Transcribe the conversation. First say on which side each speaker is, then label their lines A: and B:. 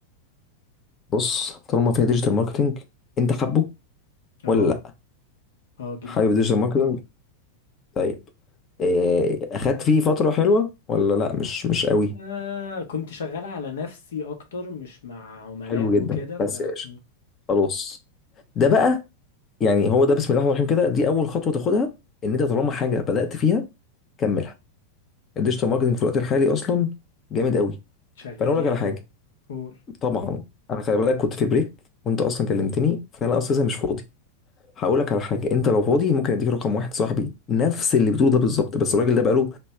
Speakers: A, on the left (about 25°); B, on the left (about 60°).
A: بص طالما فيها ديجيتال ماركتنج انت حابه
B: اه
A: ولا لا
B: اه جدا
A: حابب ديجيتال ماركتنج طيب إيه اخدت فيه فترة حلوة ولا لا مش مش قوي
B: آه كنت شغال على نفسي اكتر مش مع عملاء
A: حلو جدا
B: وكده ف
A: بس يا باشا
B: م،
A: خلاص ده بقى يعني هو ده بسم الله الرحمن الرحيم كده دي اول خطوة تاخدها ان انت طالما حاجة بدأت فيها كملها الديجيتال ماركتنج في الوقت الحالي اصلا جامد قوي
B: شغال
A: فانا اقول
B: يعني
A: لك على حاجه
B: قول
A: طبعا انا خلي بالك كنت في بريك وانت اصلا كلمتني فانا اصلا مش فاضي هقول لك على حاجه انت لو فاضي ممكن اديك رقم واحد صاحبي نفس اللي بتقوله ده بالظبط بس الراجل ده بقاله